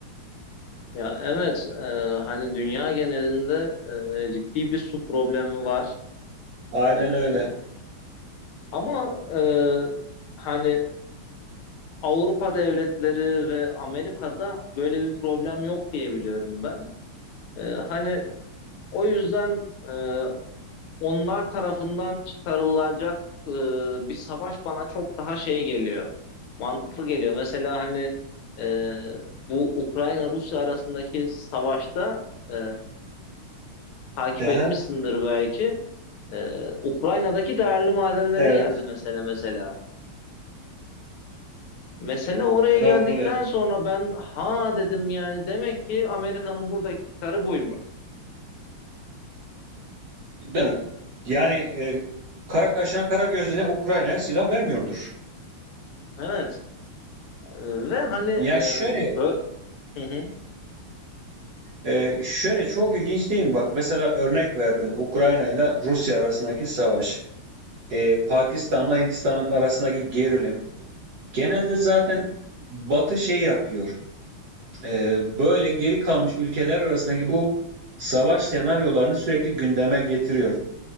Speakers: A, on the left; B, on the right.
A: Ya evet e, hani dünya genelinde e, ciddi bir su problemi var.
B: Aynen
A: E,
B: öyle.
A: ama e, hani Avrupa devletleri ve Amerika'da böyle bir problem yok diye biliyorum ben. Ee, hani o yüzden e, onlar tarafından çıkarılacak e, bir savaş bana çok daha şey geliyor. Mantıklı geliyor. Mesela hani e, bu Ukrayna-Rusya arasındaki savaşta e, takip etmişsindir
B: Aha,
A: belki. E, Ukrayna'daki değerli madenlere
B: evet.
A: geldi mesela mesela. Mesele oraya
B: Öyle.
A: geldikten sonra ben ha dedim yani demek ki Amerika'nın buradaki çıkarı buymuş.
B: Değil mi? Yani e, kara kaşına kara gözüne Ukrayna'ya silah vermiyordur.
A: Evet. E, Ve hani e,
B: Ya şöyle
A: bö- Hı hı.
B: e, şöyle çok ilginç değil mi? Bak mesela örnek verdin Ukrayna ile Rusya arasındaki savaş. E, Pakistan'la Hindistan'ın arasındaki gerilim. Genelde zaten Batı şey yapıyor. Ee, böyle geri kalmış ülkeler arasındaki bu savaş senaryolarını sürekli gündeme getiriyor.